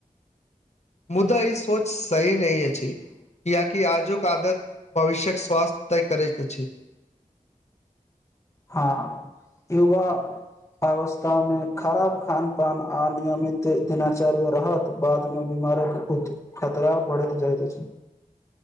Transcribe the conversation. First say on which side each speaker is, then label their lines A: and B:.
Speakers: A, on the left; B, on the left.
A: मुदा ई सोच सही नहि अछि कि कि‌आजुक आदत भविष्य्यक स्वास्थ्य तय करैत अछि
B: हँ युवा अवस्थामे खराब खानपान आ नियमित दिनाचर्य रहत बाद मे बीमारक खतरा बढ़ैत जाइत अछि